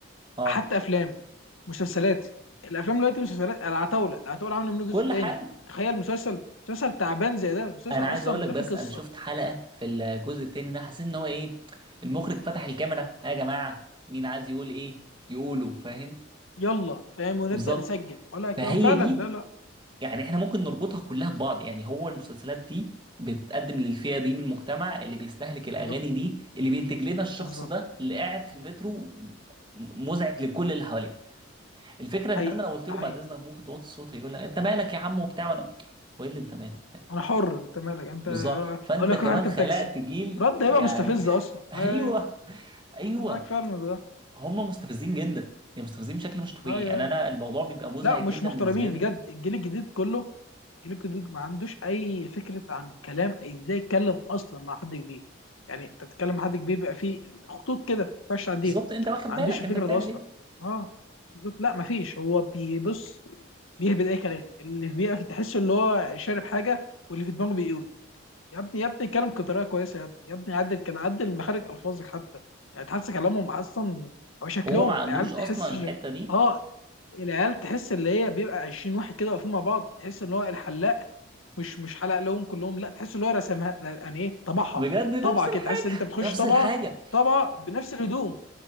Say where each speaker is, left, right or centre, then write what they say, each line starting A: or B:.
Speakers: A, on the right; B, on the left.
A: اه
B: حتى افلام مسلسلات الافلام دلوقتي مسلسلات العتاوله العتاوله عامله منه جزء
A: كل
B: تاني
A: حاجه
B: تخيل مسلسل مسلسل تعبان زي ده مسلسل
A: انا عايز
B: اصلا
A: اقول لك
B: لا
A: بس
B: فيه قصه
A: انا شفت حلقه في الجزء التاني ده حسيت ان هو ايه المخرج فتح الكاميرا ها يا جماعه مين عايز يقول ايه يقوله فاهم
B: يلا فاهم ونبدا
A: بالظبط
B: نسجل ولا كده
A: فهي
B: فعلا
A: دي
B: لا لا
A: يعني احنا ممكن نربطها كلها ببعض يعني هو المسلسلات دي بتتقدم للفئة دي من المجتمع اللي بيستهلك
B: بالظبط
A: الأغاني دي اللي بينتج لنا الشخص
B: بالظبط
A: ده اللي قاعد في المترو مزعج لكل اللي حواليه الفكرة إن
B: حقيقي
A: أنا لو قلت
B: ده
A: له
B: حقيقي
A: بعد إذنك ممكن توطي الصوت هيقول لك أنت مالك يا عم وبتاع وأنا وإيه اللي أنت مالك فاهم
B: انا حر انت مالك انت
A: بالظبط فأنت
B: اقول لك
A: كمان
B: روح اركب
A: خلقت
B: تاكسي
A: جيل
B: رد
A: يعني
B: هيبقى مستفز اصلا
A: <laughs> أيوه
B: ايوه ايوه
A: أيوه
B: انا معاك فعلا في ده
A: هم مستفزين جدا يعني مستفزين بشكل مش طبيعي
B: ايوه
A: يعني
B: ايوه
A: أنا الموضوع بيبقى مزعج
B: لا مش
A: جدا
B: محترمين
A: بالنسبة لي
B: بجد الجيل الجديد كله الجيل الجديد ما عندوش اي فكره عن كلام ازاي يتكلم اصلا مع حد كبير يعني انت بتتكلم مع حد كبير بقى فيه خطوط كده ما ينفعش تعديها
A: بالظبط أنت واخد
B: ما
A: بالك
B: عندوش الفكره
A: أنت بتعمل
B: ده اصلا
A: إيه
B: اه بالظبط لا ما فيش هو بيبص بيهبد اي كلام اللي في بيقف تحسه اللي هو شارب حاجه واللي في دماغه بيقوله يا ابني يا ابني اتكلم بطريقه كويسه يا ابني يا ابني عدل كان عدل مخارج الفاظك حتى يعني تحس كلامهم اصلا او شكلهم
A: هو ما عندوش
B: العيال تحس
A: اصلا الحته دي
B: اه العيال تحس اللي هي بيبقى 20 واحد كده واقفين مع بعض تحس ان هو الحلاق مش مش حلق لهم كلهم لا تحس ان هو رسمها يعني ايه طبعها
A: بجد نفس
B: طبعه كده
A: الحاجه
B: تحس ان انت بتخش
A: <laughs> نفس
B: طبعه
A: الحاجه
B: طبعه بنفس الهدوم